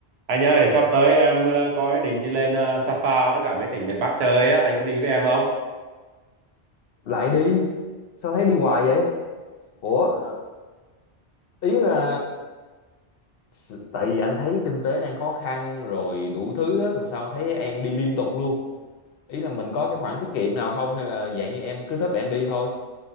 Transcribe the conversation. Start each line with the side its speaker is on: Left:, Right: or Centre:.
Right: Anh ơi, sắp tới em ờ, có ý định đi lên ờ, Sapa với cả mấy tỉnh miền Bắc chơi á, anh có đi với em không?
Left: lại đi sao thấy đi hoài vậy ủa ờ, ý là s- tại vì anh thấy kinh tế đang khó khăn rồi đủ thứ á mà sao thấy em đi liên tục luôn ý là mình có cái khoản tiết kiệm nào không hay là dạng như em cứ thích là em đi thôi